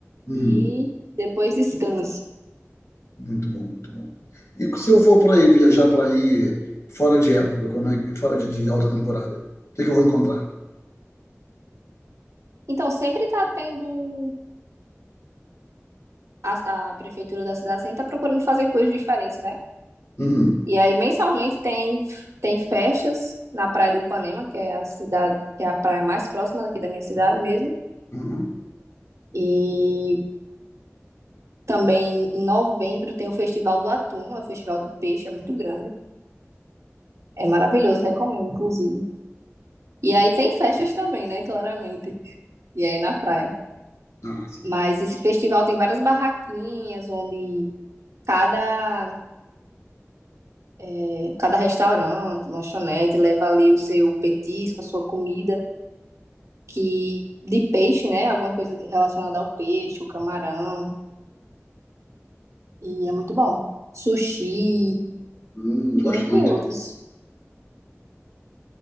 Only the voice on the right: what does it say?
E depois descanso.
Então, sempre tá tendo a, a prefeitura da cidade, sempre tá procurando fazer coisas diferentes, né?
E aí, mensalmente, tem, tem festas na Praia de Upanema, que é a cidade, que é a praia mais próxima daqui da minha cidade mesmo.
E Também em novembro tem o Festival do Atum, é o Festival do Peixe, é muito grande. É maravilhoso, recomendo, inclusive. E aí tem festas também, né? Claramente. E aí na praia.
Mas esse festival tem várias barraquinhas onde cada, eh, cada restaurante, lanchonete leva ali o seu petisco, a sua comida, que de peixe, né? Alguma coisa relacionada ao peixe, o camarão. E é muito bom. Sushi,
e
entre
outros.